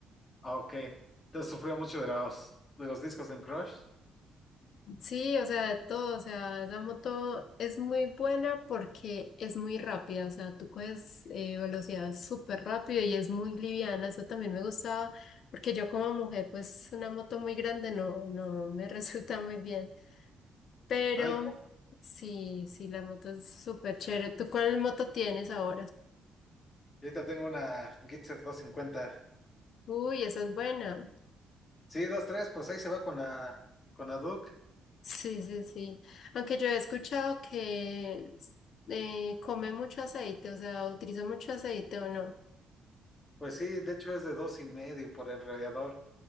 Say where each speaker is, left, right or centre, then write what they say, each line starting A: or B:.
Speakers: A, on the left (about 30°); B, on the left (about 65°).
A: Ah, ok. Entonces sufrió mucho de los, de los discos en Crush.
B: Sí, o sea, de todo, o sea, esa moto es muy buena porque es muy rápida, o sea, tú coges eh, velocidad súper rápido y es muy liviana, eso también me gustaba, porque yo como mujer, pues una moto muy grande no, no me <laughs> resulta muy bien, pero
A: No, y como-
B: sí, sí, la moto es súper chévere.
A: <laughs>
B: ¿Tú
A: y
B: cuál moto tienes ahora?
A: ahorita tengo una Gitzer 250.
B: Uy, esa es buena.
A: Sí, dos tres, pues ahí se va con la, con la Duke.
B: Sí, sí, sí. Aunque yo he escuchado que eh, come mucho aceite, o sea, utiliza mucho aceite o no.
A: Pues sí, de hecho es de dos y medio por el radiador.